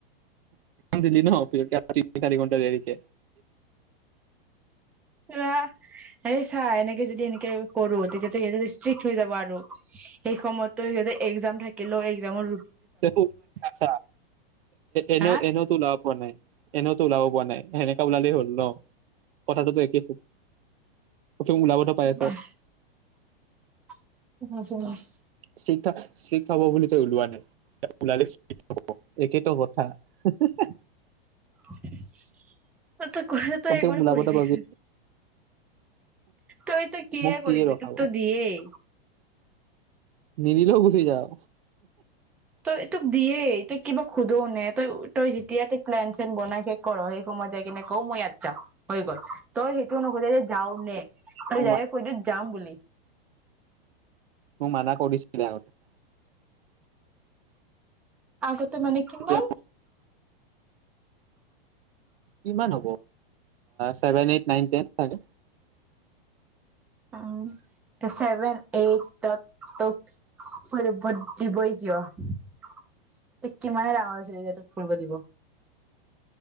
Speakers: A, on the right; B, in the centre.
A: দিলি ন তিনি চাৰি ঘণ্টা দেৰিকে
B: ৰা এনেকে যদি এনেকে কৰো তেতিয়ো যে সিহঁতে ষ্ট্ৰিক্ট হৈ যাব আৰু সেই সময়ততো সিহঁতে এক্সামৰ থাকিলেও এক্সমৰ
A: তো চা এনেও
B: হা
A: এনেও টো লাভ হোৱা নাই পোৱা নাই সেনেকা ওলালেই হ'ল ন কথাটোতো একেই হো ক'তো ওলাব নাপাইছা
B: বাচ <unintelligible>
A: ষ্ট্ৰিক ষ্ট্ৰিকট হ'ব বুলি তই ওলোৱা নাই ওলালে টো স্ত্ৰীক হব সেইৱেতো কথা
B: <unintelligible> তই ঘ তই
A: কমচে
B: একবাৰ
A: কম ওলাবতো
B: কৰিবিচোন
A: পাবি
B: তই তই কি়
A: মোক কিয়ে
B: কৰিবি
A: ৰখাব
B: তোক তো দিয়েই
A: নিদিলোঁ গুচি যাও
B: এই তোক দিয়ে তই কিবা সোধো নে তই তই যেতিয়া তই প্লেন চেন বনাই শে কৰ সেই সময়ত যাই কিনে ক মই ইয়াত যাম হৈ গ'ল তই সেইটো নুহোধ যে যাও নে তই
A: মোক
B: ডাইৰেক্ট
A: মা-
B: কৈ দিও যাম বুলি
A: মোক মানা কৰিছিলে আগতে
B: আগত ত মানে কিমান
A: এতিয়া কিমান হ'ব ছেভেন এইট নাইন টেনই চাগে
B: উ চেভেন এইটত তোক ফুৰিব দিবই কিয় কিমানে ডাঙৰ হৈছিল যেতিয়া তোক ফুৰিব দিব